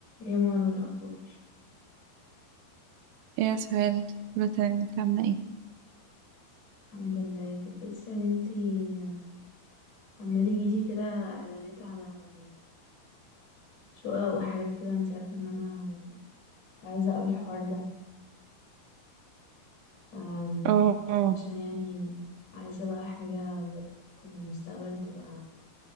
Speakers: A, on the left (about 60°); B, on the right (about 80°).
A: يا مارو الأخبار
B: ايه يا سهيل دلوقتي انت عاملة ايه؟
A: الحمد لله كنت لسه يا بنتي آه، عمال يجيلي كده إعلانات على شقق وحاجات كده انت عارفة ان أنا كنت عايزة أوي الحوار ده أم،
B: اه آه.
A: عشان يعني عايزة بقى حاجة بجد في المستقبل تبقى